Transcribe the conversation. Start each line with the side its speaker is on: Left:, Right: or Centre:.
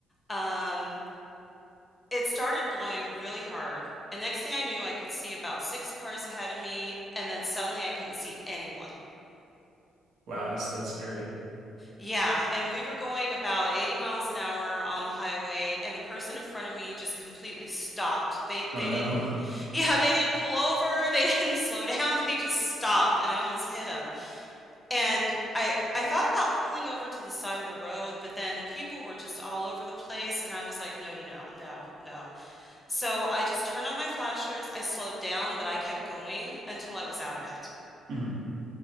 Left: um, it started blowing really hard. And next thing I knew, I could see about six cars ahead of me, and then suddenly I couldn't see anyone.
Right: Wow, that's that's scary.
Left: Yeah, and we were going about 80 miles an hour on the highway, and the person in front of me just completely stopped. They they
Right: Oh no.
Left: didn't,
Right: <laughs>
Left: <laughs> yeah, they didn't pull over, they <laughs> didn't slow down, they just stopped, and I almost hit them. And I I thought about pulling over to the side of the road, but then people were just all over the place, and I was like, no, no, no, no, no. So I just turned on my flashers, I slowed down, but I kept going until I was out of it.
Right: Mhm,